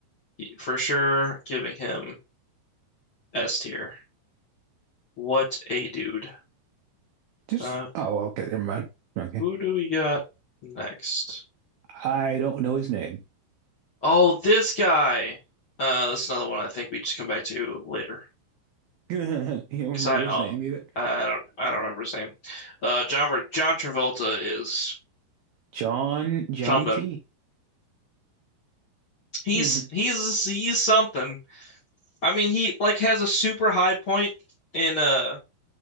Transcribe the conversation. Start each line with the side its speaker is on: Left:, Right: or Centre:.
Left: For sure, giving him S tier. What a dude.
Right: Just
Left: Uh
Right: oh, well, okay, never mind. Okay,
Left: who do we got next?
Right: I don't know his name.
Left: Oh, this guy. Uh that's another one I think we just come back to later.
Right: <laughs> You don't
Left: 'Cause
Right: remember
Left: I uh,
Right: his name either.
Left: I don't I don't remember his name. Uh John John Travolta is
Right: <laughs> John Johnny
Left: something.
Right: T.
Left: He's
Right: <laughs>
Left: he's he's something. I mean, he like has a super high point in uh